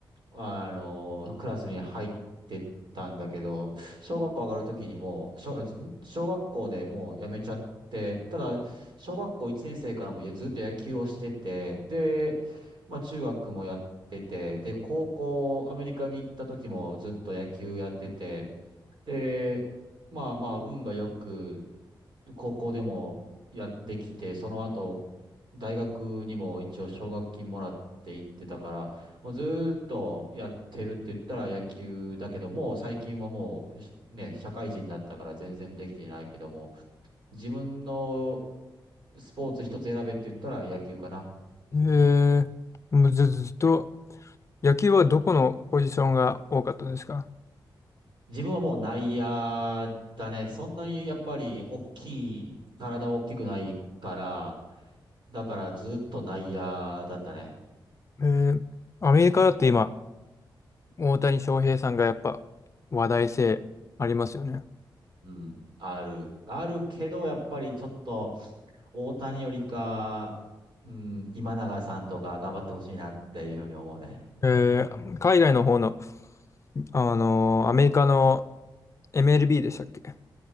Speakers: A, on the right; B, on the left.
A: あの、クラスに入ってったんだけど、小学校上がるときにもう、小、ん小学校でもう辞めちゃって、ただ、小学校1年生からもいやずっと野球をしてて、で、まあ中学もやってて、で、高校アメリカに行った時もずっと野球やってて、で、まあまあ運がよく、高校でもやってきて、その後、大学にも一応奨学金もらって行ってたから、もうずーっとやってるって言ったら野球だけども、最近はもうね、社会人になったから全然できていないけども、自分のスポーツ一つ選べって言ったら野球かな。
B: へえもうず、ずっと、野球はどこのポジションが多かったですか
A: 自分はもう内野だね。そんなにやっぱり大きい、体大きくないから、だからずっと内野だったね。
B: えー、アメリカだって今、大谷翔平さんがやっぱ話題性ありますよね。
A: うんうん。ある。あるけど、やっぱりちょっと、大谷よりか、うん、今永さんとか頑張ってほしいなっていうふうに思うね。
B: えー、海外の方の、あのーアメリカの MLB でしたっけ